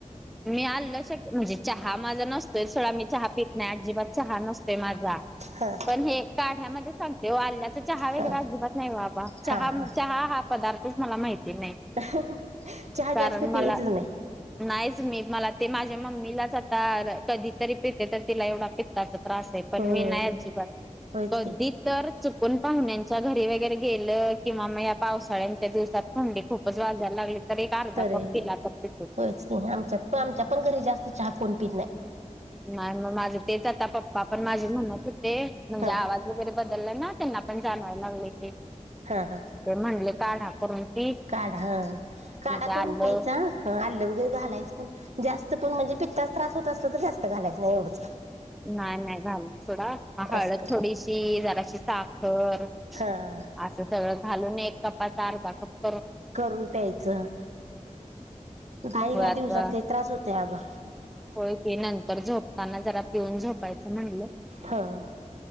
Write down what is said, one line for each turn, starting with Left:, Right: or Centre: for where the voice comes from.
Centre: मी आल शक्य म्हणजे, चहा माझा नसतोय सोडा, मी चहा पित नाही, अजिबात चहा नसतो तेय माझा.
Right: हा
Centre: पण हे, काढ्यामध्ये चालतोय ओ, आल्याचा चहा वगैरे
Right: हा
Centre: अजिबात नाही वा बाबा,
Right: हा
Centre: चहा,
Right: हा
Centre: चहा हा पदार्थ -- मला माहिती नाही
Right: चहा
Centre: कारण
Right: जास्त
Centre: मला
Right: पियाचाच नाही.
Centre: नाहीच मी, मला ते माझ्या मम्मीलाच आता कधीतरी पिते, तर तिला एवढा पित्ताच त्रास हाय, पण
Right: होय
Centre: मी नाही अजिबात
Right: होयच
Centre: कधी
Right: की
Centre: तर चुकून पाहुण्यांच्या घरी वगैरे- - गेल किंवा म ह्या पावसाळ्यांच्या दिवसात -- थंडी खूपच वाजायला लागली तर, एक अर्धा
Right: तर
Centre: कप पिला तर पितोय.
Right: होयच की आमच्यात पण, आमच्या पण घरी जास्त चहा कोण पित नाही.
Centre: नाही मग माझं, तेच आता पप्पा पण माझे म्हणत हो -- ते म्हणजे
Right: हा
Centre: आवाज वगैरे बदलला ना, त्यांना पण जाणवायला लागलेय ते,
Right: हा हा
Centre: ते म्हणले- - काढा करून पीठ
Right: काढा हा, काढा
Centre: मग ते आलं
Right: करून प्यायचा. आलं वगैरे घालायचं, पण जास्त -- पणजे पित्ताचा त्रास होत असला तर जास्त घालायच नाही एवढंच.
Centre: नाही, नाही घालत सोडा. हळद
Right: असं कर
Centre: थोडीशी, जराशी साखर-
Right: हा
Centre: असं सगळं घालून एक कपाचा अर्धा कप --
Right: करून प्यायचं. काई
Centre: होळ्याचा
Right: ह्या दिवसात लय त्रास होतय अगं.
Centre: होय की, नंतर झोपताना जरा पिऊन झोपायचं म्हणलं.
Right: हां.